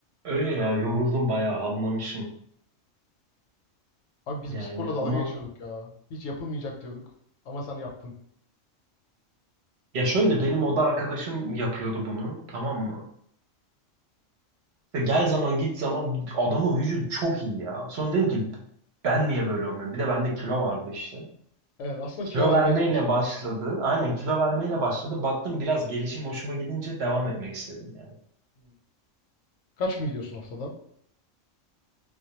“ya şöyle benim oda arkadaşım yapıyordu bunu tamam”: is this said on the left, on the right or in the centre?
Right